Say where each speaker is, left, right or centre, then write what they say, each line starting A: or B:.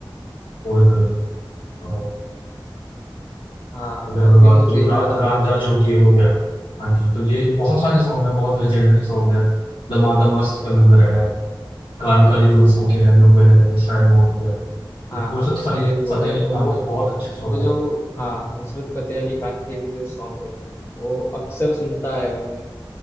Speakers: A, on the left (about 70°); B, on the left (about 25°).
A: और अ,
B: हाँ
A: अगर मैं
B: अभी
A: बात
B: मुझे
A: करूँ
B: याद
A: रा,
B: आ
A: रांझा
B: रहा है
A: जोगी हो गया हाँ जी तो ये बहुत सारे सॉन्ग हैं बहुत लेजेंडरी सॉन्ग है दमादम मस्त कलंदर है काली काली जो उसको के हैं जो मैंने पहले शायद बोल दिया है
B: हाँ
A: नुसरत
B: आपने पहले
A: फली
B: भी बोला
A: फतेह
B: है
A: अली
B: तो
A: खान
B: वो
A: के बहुत अच्छे सॉन्ग
B: वो जो
A: हैं
B: हाँ नुसरत फतेह अली खान के भी जो सॉन्ग है वो अक्सर सुनता आया हूँ मैं